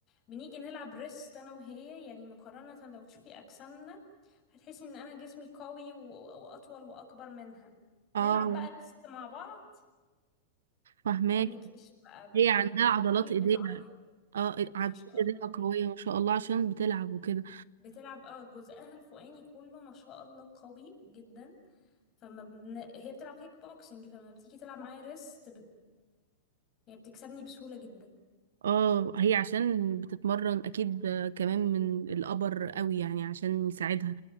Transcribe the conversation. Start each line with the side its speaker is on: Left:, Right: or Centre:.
Left: بنيجي نلعب ريست انا وهي يعني مقارنة لو تشوفي اجسامنا هتحسي ان انا جسمي قوي و... واطول واكبر منها
Right: اه
Left: نلعب بقى ريست مع بعض
Right: فهماك
Left: ما اقولكيش بقى ب... ب...
Right: هي عندها
Left: ايدي
Right: عضلات ايديها
Left: بتعيط
Right: اه عضلات
Left: ما شاء
Right: ايديها
Left: الله
Right: قوية ما شاء الله عشان بتلعب وكده
Left: بتلعب اه جزءها الفوقاني كله ما شاء الله قوي جدا فما بن... هي بتلعب كيك بوكسنج فما بتيجي تلعب معايا ريست هي بتكسبني بسهولة جدا
Right: اه هي عشان بتتمرن اكيد كمان من الابر قوي يعني عشان يساعدها